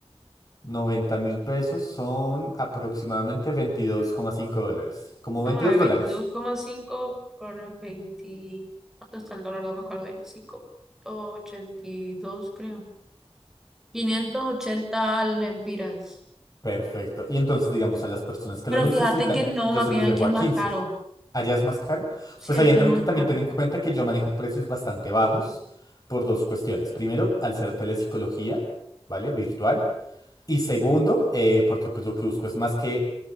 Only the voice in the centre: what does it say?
vamos
a ver,
veintidós coma cinco por 20, ¿cuánto está el dólar? No me acuerdo, veinticinco punto ochenta y dos creo. quinientos ochenta lempiras.
Pero
fíjate que no,
más
bien
aquí
es
más
caro.
Sí,
aquí
es más
caro.